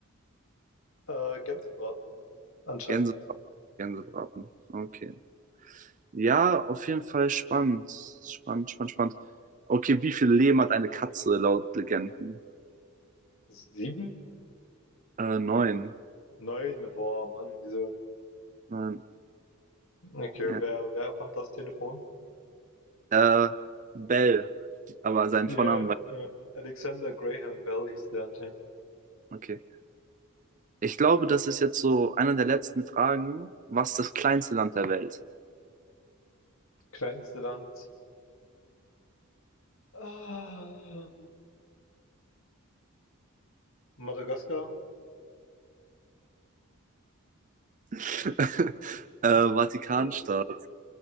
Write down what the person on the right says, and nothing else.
Gänse, Gänsebraten. Okay. Ja, auf jeden Fall spannend. Spannend, spannend, spannend. Okay, wie viel Leben hat eine Katze laut Legenden?
Äh, neun.
Nein.
Ja.
Äh, Bell, aber sein
Vornamen war.
Okay. Ich glaube, das ist jetzt so eine der letzten Fragen. Was ist das kleinste Land der Welt?
<laughs> äh, Vatikanstaat.